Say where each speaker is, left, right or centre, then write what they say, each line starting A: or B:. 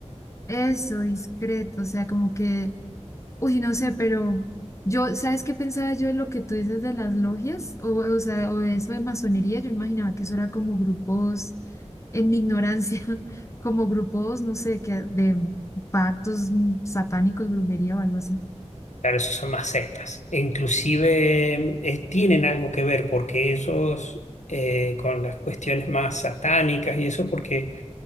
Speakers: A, on the left (about 25°); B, on the left (about 80°).
A: Eso, discreto, o sea, como que Uy, no sé, pero yo, ¿sabes qué pensaba yo de lo que tú dices de las logias? O, o sea, o de eso de masonería, yo imaginaba que eso era como grupos, en mi ignorancia, <laughs> como grupos, no sé, que de pactos mm, satánicos, brujería o algo así.
B: Claro, esos son más sectas. E inclusive eh, tienen algo que ver porque ellos, eh, con las cuestiones más satánicas y eso, porque